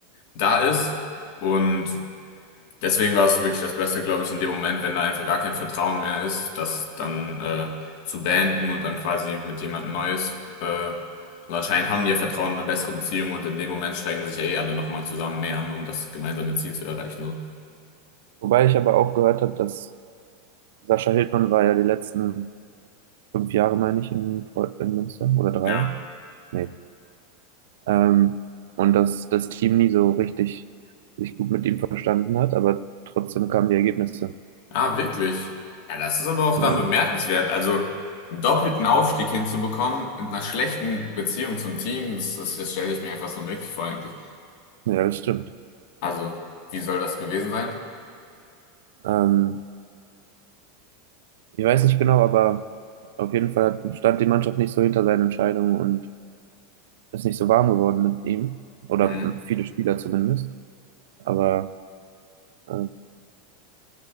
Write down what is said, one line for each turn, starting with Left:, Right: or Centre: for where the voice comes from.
Left: da ist. Und Deswegen war es wirklich das Beste, glaube ich, in dem Moment, wenn da einfach gar kein Vertrauen mehr ist, das dann äh, zu beenden und dann quasi mit jemandem Neues. Äh, und anscheinend haben die ja Vertrauen und eine bessere Beziehung und in dem Moment strengen sich ja eh alle nochmal zusammen mehr an, um das gemeinsame Ziel zu erreichen. So.
Right: Wobei ich aber auch gehört habe, dass Sascha Hildmann war ja die letzten fünf Jahre, meine ich, in, Preu- in Münster oder drei.
Left: Ja.
Right: Nee. Ähm, und dass das Team nie so richtig sich gut mit ihm verstanden hat, aber trotzdem kamen die Ergebnisse.
Left: Ah, wirklich. Ja, das ist aber auch
Right: Ja,
Left: dann bemerkenswert. Also einen doppelten Aufstieg hinzubekommen mit einer schlechten Beziehung zum Team, das, das, das stelle ich mir ja fast unmöglich vor eigentlich.
Right: Ja, das stimmt.
Left: Also, wie soll das gewesen sein?
Right: Ähm, ich weiß nicht genau, aber auf jeden Fall hat- stand die Mannschaft nicht so hinter seinen Entscheidungen und ist nicht so warm geworden mit ihm. Oder
Left: Mhm.
Right: viele Spieler zumindest. Aber äh,